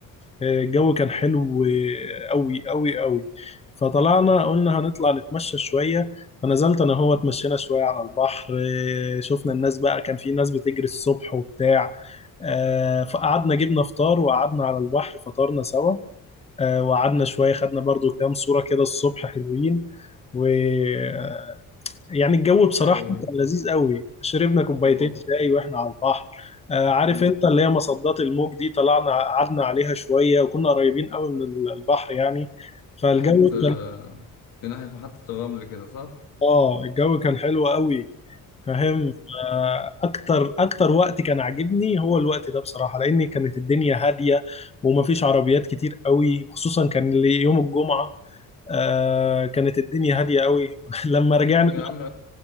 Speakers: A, on the left; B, on the left.
A: آه، الجو كان حلو قوي قوي قوي فطلعنا قلنا هنطلع نتمشى شويه فنزلت انا هو اتمشينا شويه على البحر آه، شفنا الناس بقى كان في ناس بتجري الصبح وبتاع آه، فقعدنا جبنا فطار وقعدنا على البحر فطرنا سوا آه، وقعدنا شوية خدنا برضو كام صورة كده الصبح حلوين ويعني الجو بصراحة
B: أيوه أيوه
A: كان لذيذ قوي شربنا كوبايتين
B: اه
A: شاي واحنا على البحر آه، عارف
B: أمم.
A: انت اللي هي مصدات الموج دي طلعنا قعدنا عليها شوية وكنا قريبين قوي من ال- البحر يعني فالجو
B: ناحية آه،
A: كان
B: دي ناحية محطة الرمل كده صح؟
A: اه الجو كان حلو قوي فاهم آه، اكتر اكتر وقت كان عاجبني هو الوقت ده بصراحة لان كانت الدنيا هادية ومفيش عربيات كتير قوي خصوصا كان لي- يوم الجمعة آه كانت الدنيا هادية قوي <laughs> لما رجعنا
B: امم يا عم